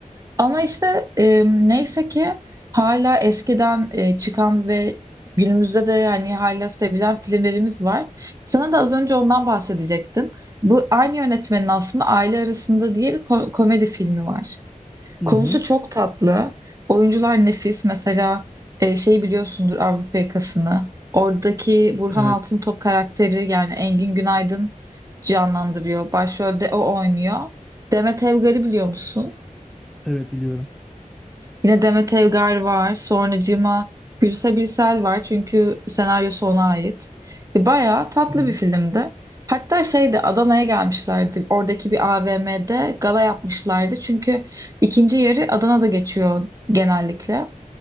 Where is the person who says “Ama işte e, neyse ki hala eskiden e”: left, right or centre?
Right